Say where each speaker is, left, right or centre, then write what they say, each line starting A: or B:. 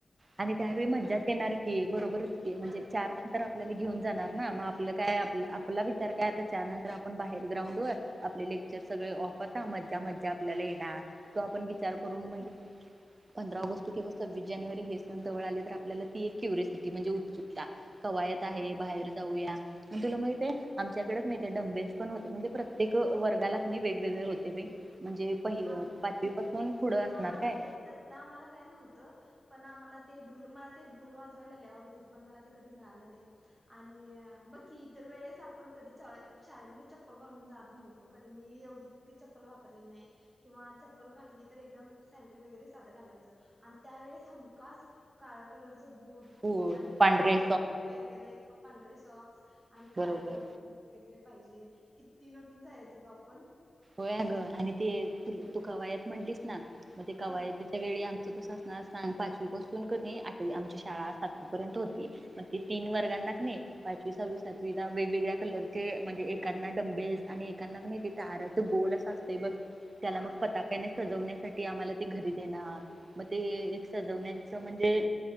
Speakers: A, on the right; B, on the right.
A: आणि त्यावेळी
B: ते
A: मज्जाच
B: दिवस
A: येणार की, बरोबरच की, म्हणजे
B: होय
A: चार नंतर आपल्याला घेऊन जाणार ना मग आपल काय आपला विचार काय आता, चार नंतर आपण बाहेर ग्राउंड वर आपले लेक्चर सगळे ऑफ आता मज्जा मज्जा आपल्याला येणार. तो आपण विचार
B: हो
A: करून म्हणजे पंधरा ऑगस्ट किंवा सव्वीस जानेवारी हे सण जवळ आले तर आपल्याला ती एक क्युरिसिटी म्हणजे उत्सुकता. कवायत आहे
B: हो
A: जाऊया तुला माहितेय आमच्याकडं क नाही ते डंबेल्स पण होते म्हणजे प्रत्येक वर्गाला क नाही वेगवेगळे होते बाई. म्हणजे पहि
B: आम
A: पाचवी पासून पुढं
B: हा
A: असणार
B: हा
A: काय
B: ते त्यातल आम्हाला काय नव्हतं पण आम्हाला ते ढोल मला ते ढोल वाजवायला लई आवडत हुत पण मला ते कधी मिळाले नाही आणि बघ कीं इतर वेळेस आपण कधी शाळेमध्ये चप्पल घालून जात नव्हतो कधी मी एवढी इतकीं चप्पल वापरली नाही. किंवा चप्पल घातली तर एकदम सँडल वगैरे साधं घालायचं आणि त्यावेळेस हमखास काळ्या कलर बूट
A: हो
B: आणि
A: पांढरे
B: सॉक्स वगैरे पांढरे सॉक्स आणि काळ्या
A: बरोबर
B: कलरचे बूट वगैरे पाहिजे किती नटून जायचं ग आपण
A: आणि ते तू का वा्हायात म्हटलीस ना म तेे कवाय
B: हा
A: तिच्या वेळी आमच तस अस पाचवी पासून क नाही आठवी आमची शाळा सातवी पर्यंत होती मग त तीन वर्गांना क नाही पाचवी सहावी सातवी वेगवेगळ्या कलरचे म्हणजे एांना डमबेस आणि एांना नाही ते तारच गोल अस असते ब चला
B: हा
A: मग पता कने सजवण्यासाठी आम्हाला ते घरी देणार मग ते एक सजवण्याच म्हणजे